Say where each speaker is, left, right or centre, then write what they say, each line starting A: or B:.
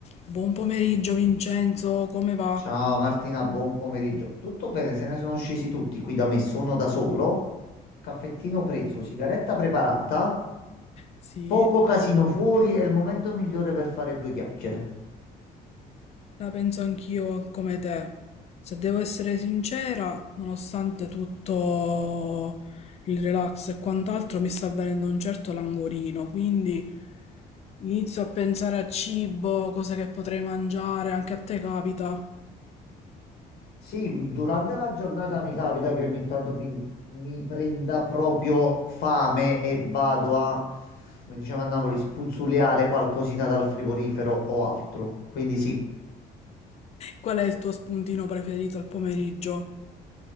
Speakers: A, on the left (about 40°); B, on the left (about 70°).
A: Buon pomeriggio Vincenzo, come va?
B: Ciao Martina, buon pomeriggio. Tutto bene? Se ne sono scesi tutti qui da me. Sono da solo. Caffettino preso, sigaretta preparata,
A: Sì,
B: poco casino fuori. È il momento migliore per fare due chiacchiere.
A: la penso anch'io come te. Se devo essere sincera, nonostante tutto il relax e quant'altro, mi sta venendo un certo languorino, quindi inizio a pensare a cibo, cose che potrei mangiare, anche a te capita.
B: Sì, durante la giornata mi capita che ogni tanto mi, mi prenda proprio fame e vado a, come diciamo a Napoli, spuzzuliare qualcosina dal frigorifero o altro. Quindi sì.
A: Qual è il tuo spuntino preferito al pomeriggio?